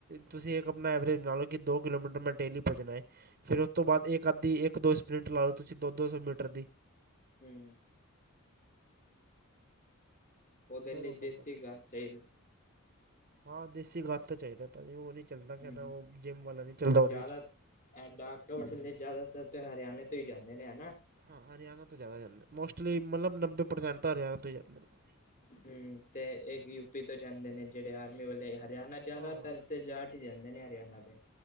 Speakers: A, on the right (about 45°); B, on the left (about 40°).
A: ਤੁਸੀਂ ਇੱਕ ਆਪਣਾ ਐਵਰੇਜ ਬਣਾ ਲਓ ਕਿ ਦੋ ਕਿਲੋਮੀਟਰ ਮੈਂ ਡੇਲੀ ਭੱਜਣਾ ਏ। ਫਿਰ ਉਸ ਤੋਂ ਬਾਅਦ ਇੱਕ ਅੱਧੀ ਇੱਕ ਦੋ ਸਪਰਿੰਟ ਲਾ ਲਓ ਤੁਸੀਂ ਦੋ-ਦੋ ਸੌ ਮੀਟਰ।
B: ਹੂੰ ਉਹਦੇ
A: ਫਿਰ
B: ਲਈ
A: ਹੋ
B: ਦੇਸੀ
A: ਸਕਦਾ
B: ਗਾਂ ਚਾਹੀਦੀ।
A: ਹਾਂ ਦੇਸੀ ਖਾਦ ਤਾਂ ਚਾਹੀਦਾ ਭਾਜੀ ਉਹ ਨਹੀਂ ਚੱਲਦਾ ਕਹਿੰਦਾ
B: ਹੂੰ
A: ਉਹ ਜਿੰਮ ਵਾਲਾ ਨਹੀਂ ਚੱਲਦਾ ਉਹਦੇ
B: ਜ਼ਿਆਦਾ
A: ਵਿੱਚ।
B: ਇਹ ਡਾਕਟਰ <inaudible> ਜ਼ਿਆਦਾਤਰ ਤੇ ਹਰਿਆਣੇ ਤੋਂ ਹੀ ਜਾਂਦੇ ਨੇ ਹੈ ਨਾ।
A: ਹਾਂ ਹਰਿਆਣਾ ਤੋਂ ਜ਼ਿਆਦਾ ਜਾਂਦੇ ਮੋਸਟਲੀ ਮਤਲਬ ਨੱਬੇ ਪ੍ਰਸੈਂਟ ਤਾਂ ਹਰਿਆਣਾ ਤੋਂ ਹੀ ਜਾਂਦੇ ਨੇ।
B: ਹਮ ਤੇ ਇਹ ਯੂਪੀ ਤੋਂ ਜਾਂਦੇ ਨੇ ਜਿਹੜੇ ਆਰਮੀ ਵਾਲੇ ਹਰਿਆਣਾ। ਜ਼ਿਆਦਾਤਰ
A: ਹਾਂ
B: ਤੇ ਜਾਟ ਹੀ ਜਾਂਦੇ ਨੇ ਹਰਿਆਣਾ ਦੇ